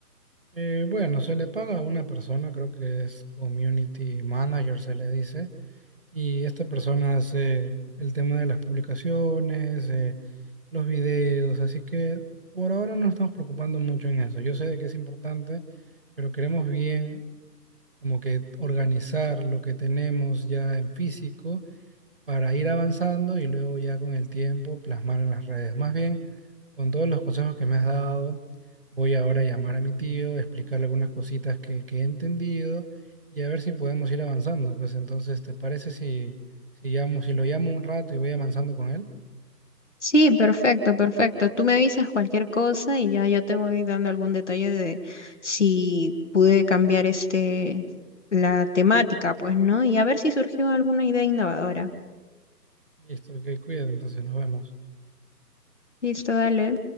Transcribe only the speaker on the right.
Eh, bueno, se le paga a una persona, creo que es community manager, se le dice, y esta persona hace el tema de las publicaciones, eh, los videos, así que por ahora no nos estamos preocupando mucho en eso. Yo sé de que es importante, pero queremos bien como que organizar lo que tenemos ya en físico para ir avanzando y luego ya con el tiempo plasmar en las redes. Más bien, con todos los consejos que me has dado, voy ahora a llamar a mi tío, explicarle algunas cositas que, que he entendido y a ver si podemos ir avanzando. Pues entonces, ¿te parece si, si llamo, si lo llamo un rato y voy avanzando con él?
Listo, que cuídate, entonces nos vemos.